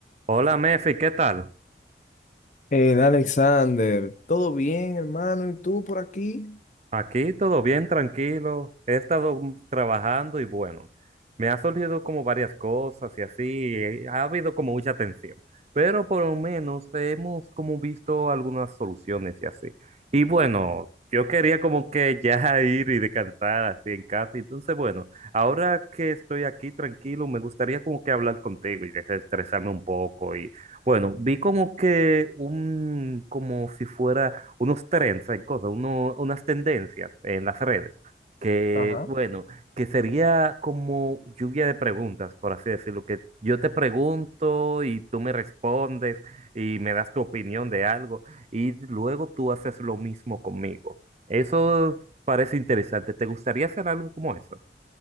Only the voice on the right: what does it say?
Hola Mefi, ¿qué tal?
Aquí todo bien, tranquilo. He estado mm, trabajando y bueno, me ha surgido como varias cosas y así, eh, ha habido como mucha tensión, pero por lo menos hemos como visto algunas soluciones y así. Y bueno, yo quería como que ya <laughs> ir y descansar así en casa, entonces bueno, ahora que estoy aquí tranquilo, me gustaría como que hablar contigo y desestresarme un poco Bueno, vi como que un, como si fuera unos trends, hay cosas, uno- unas tendencias en las redes, que
bueno, que sería como lluvia de preguntas, por así decirlo, que yo te pregunto y tú me respondes y me das tu opinión de algo y luego tú haces lo mismo conmigo. Eso parece interesante. ¿Te gustaría hacer algo como eso?